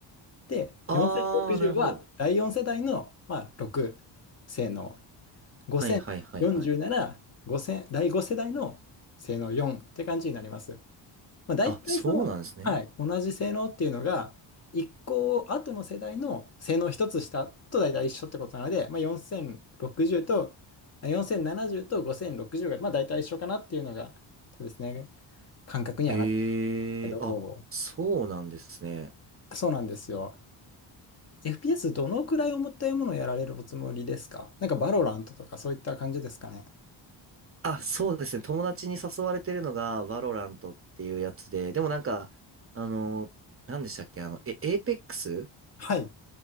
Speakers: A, on the left; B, on the right.
A: で、
B: あー、
A: 4060は第4世代の、
B: なるほど。
A: まあ、6性能。5040なら5第5世代の性能4って感じになります。
B: はい、はい、はい、はい。
A: まあ、大体その、
B: あ、そうなんですね。
A: はい、同じ性能っていうのが一個後の世代の性能一つ下と大体一緒ってことなので、まあ、4060とあ4070と5060がまあ大体一緒かなっていうのがそうですね感覚にはなってる
B: へえ、
A: けど
B: あ、そうなんですね。
A: そうなんですよ。FPS どのくらい重たいものをやられるおつもりですかなんかバロラントとかそういった感じですかね。
B: あ、そうですね。友達に誘われてるのが、バロラントっていうやつで、でもなんか、あの、何でしたっけ、あの、え、エーペックス
A: はい。